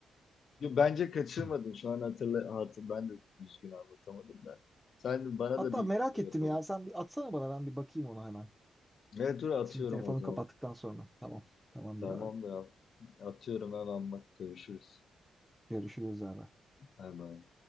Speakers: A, on the left; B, in the centre.
A: Yo, bence kaçırmadın.
B: <laughs> <clears throat>
A: Şu an hatırla, hatır, ben de düzgün anlatamadım da. Sen bana
B: Hatta
A: da bir
B: merak
A: şey
B: ettim
A: yapalım.
B: ya. Sen bir atsana bana ben bir bakayım ona hemen.
A: Evet dur atıyorum
B: Şimdi telefonu
A: o zaman.
B: kapattıktan sonra. Tamam. Tamamdır
A: Tamam
B: abi.
A: da ya. Atıyorum hemen bak görüşürüz.
B: Görüşürüz abi.
A: Hemen.